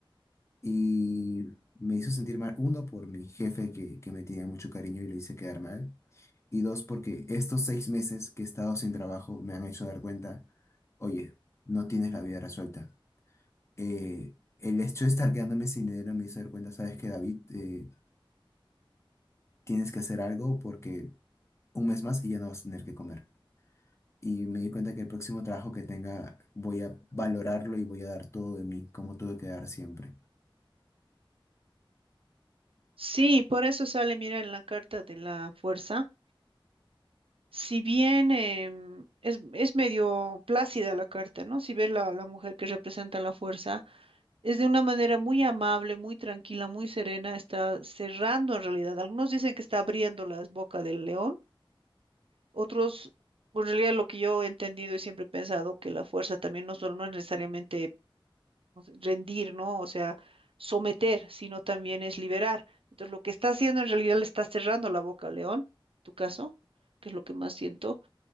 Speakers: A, on the left; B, on the right.
A: Y me hizo sentir mal, uno, por mi jefe que, que me tenía mucho cariño y lo hice quedar mal. Y dos, porque estos seis meses que he estado sin trabajo me han hecho dar cuenta, oye, no tienes la vida resuelta. Eh, el hecho de estar quedándome sin dinero me hizo dar cuenta, sabes que David, Eh, tienes que hacer algo porque un mes más y ya no vas a tener que comer. y me di cuenta que el próximo trabajo que tenga voy a valorarlo y voy a dar todo de mí, como tuve que dar siempre.
B: Sí, por eso sale, mira, en la carta de la fuerza. Si bien em, es, es medio plácida la carta, ¿no? Si ves la, la mujer que representa la fuerza, es de una manera muy amable, muy tranquila, muy serena, está cerrando en realidad. Algunos dicen que está abriendo las bocas del león, Otros, pues, en realidad lo que yo he entendido y siempre he pensado que la fuerza también no solo no es necesariamente no sé, rendir, ¿no? O sea, someter, sino también es liberar. Entonces, lo que está haciendo en realidad le está cerrando la boca al león, tu caso, que es lo que más siento,